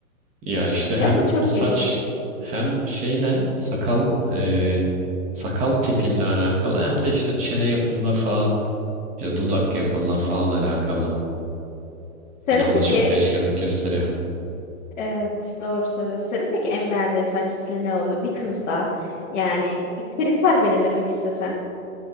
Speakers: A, on the right; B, on the left.
A: Ya işte hem
B: Gerçekten çok
A: saç
B: ilginç.
A: hem şeyle sakal e, sakal tipinle alakalı hem de işte çene yapınla falan işte dudak yapınla falan alakalı.
B: Senin
A: Yani o
B: peki
A: da çok değişkenlik gösteriyor.
B: Evet, doğru söylüyorsun. Senin peki en beğendiğin saç stili ne olur? Bir kızda yani bir kriter belirlemek istesen